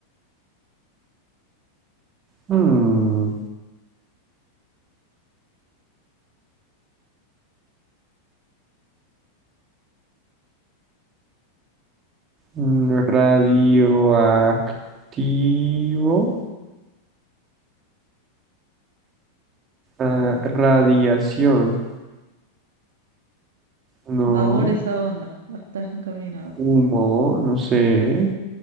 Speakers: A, on the right; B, on the right.
A: Hmm, mm, radioactivo. ah, radiación. No.
B: Va por esa onda, va, estás encaminado.
A: Humo, no sé.